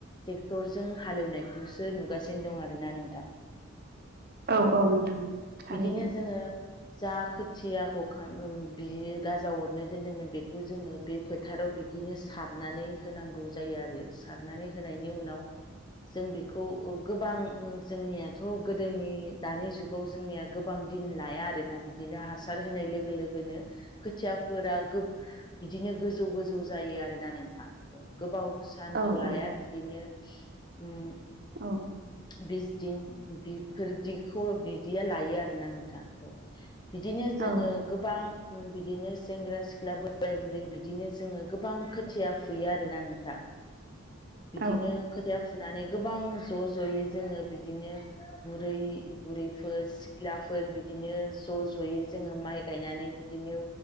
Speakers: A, on the left (about 20°); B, on the right (about 45°).
A: ट्रेक्टरजों हालेवनायखौसो नुगासिनो दं आरो ना नोंथां
B: औ औ नोंथां। थारैनो
A: बिदिनो जोंङो जा खोथियाखौ खां ओ बियो गाजा अरनो दोनदोंमोन बेखौ जोङो बे फोथाराव बि बिदिनो सारनानै होनांगौ जायो आरो सारनानै होनायनि उनाव जों बेखौ ओ गोबां जोंनियाथ' गोदोनि दानि जुगाव जोंनिया गोबां दिन लाया आरोना बिदिनो हासार होनाय लोगो लोगोनो खोथियाफोरा गोब बिदिनो गोजौ गोजौ जायो आरोना नोंथां। गोबाव सान्थ'
B: औ
A: लाया
B: औ
A: बिदिनो उम
B: औ
A: बिसदिन बिफोरदिखौ बिदिया लायो आरोना नोंथां। बिदिनो जोङो
B: औ
A: गोबां बिदिनो सेंग्रा सिख्ला बोराय बुरै बिदिनो जोङो गोबां खोथिया फुयो आरोना नोंथा बिदिनो
B: औ
A: खोथिया फुनानै गोबां ज' ज'यै जोङो बिदिनो बुरै बुरै फोर सिख्लाफोर बिदिनो ज' ज'यै जोङो माइ गायनानै बिदिनो